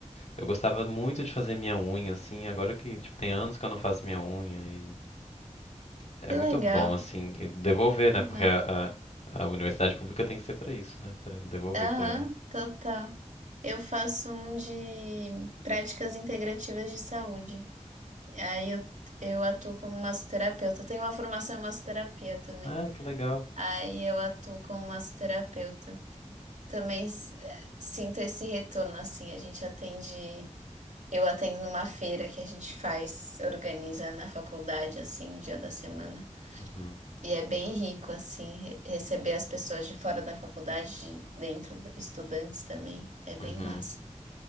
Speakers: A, on the left (about 65°); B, on the right (about 75°).
A: eu gostava muito de fazer minha unha assim, agora que tipo tem anos que eu não faço minha unha e é
B: Que
A: muito
B: legal.
A: bom assim e devolver,
B: Que
A: né? Porque
B: massa.
A: a, a, a universidade pública tem que ser para isso, né? Para devolver
B: Aham,
A: para,
B: total. Eu faço um de práticas integrativas de saúde. Aí eu, eu atuo como massoterapeuta. Eu tenho uma formação em massoterapia também.
A: ah, que legal.
B: Aí eu atuo como massoterapeuta. Também s- sinto esse retorno, assim. A gente atende. Eu atendo numa feira que a gente faz, organiza na faculdade, assim, um dia da semana.
A: Uhum.
B: E é bem rico, assim, re- receber as pessoas de fora da faculdade, de dentro, do- estudantes também. É bem
A: Uhum.
B: massa.